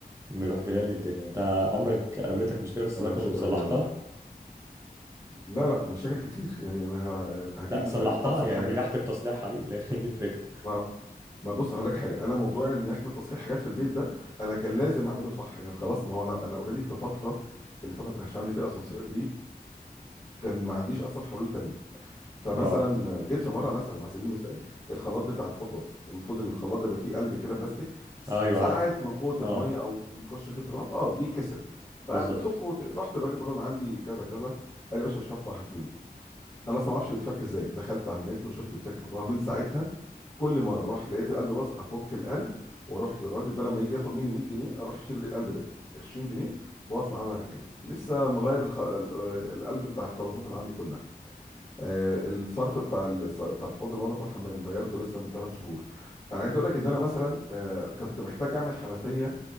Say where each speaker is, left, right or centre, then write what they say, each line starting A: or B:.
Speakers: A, on the right (about 20°); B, on the left (about 40°).
A: مبهدله لي الدنيا انت عمرك قابلتك مشكله في السباكه
B: انا المشكله
A: وصلحتها
B: دي اه لا لا مشاكل كتير يعني انا ه- هديك
A: لا
B: مثال
A: صلحتها
B: ابسط
A: يعني
B: حاجه
A: نجحت
B: لسه
A: في تصليحها دي لان <laughs> هي دي الفكره
B: ما ما بص هقول لك حاجه انا موضوع ان احنا تصريح حاجات في البيت ده انا كان لازم اعمله صح يعني خلاص ما هو انا انا اوريدي في فتره اللي فتره ما كانش عندي فيها اسانسير دي كان ما عنديش اصلا حلول تانية فمثلا
A: اه
B: جيت في مره مثلا على سبيل المثال الخلاط بتاع الحوض باظ المفروض ان الخلاط ده يبقى فيه قلب كده بلاستيك
A: ايوه
B: ساعات
A: عارف
B: من قوه الميه
A: اه
B: او بيخش في تراب اه اه بيتكسر فبتفكه
A: بالظبط
B: وت- رحت الراجل بقول له انا عندي كذا كذا قال لي يا باشا مش هطلع هاتهولي انا اصلا ما اعرفش بيتفك ازاي دخلت على النت وشفت بيتفك فمن ساعتها كل مره اروح لقيت القلب باظ افك القلب واروح للراجل بدل ما يجي ياخد مني 100 جنيه اروح اشتري القلب ب 20 جنيه واطلع انا اركبه لسه مغير الخ... ال- آه، القلب بتاع الخلاطات اللي عندي كلها آه، الصرف بتاع ال... بتاع الحوض المطبخ والحمام غيرته لسه من ثلاث شهور انا عايز اقول لك ان انا مثلا آه، كنت محتاج اعمل حنفيه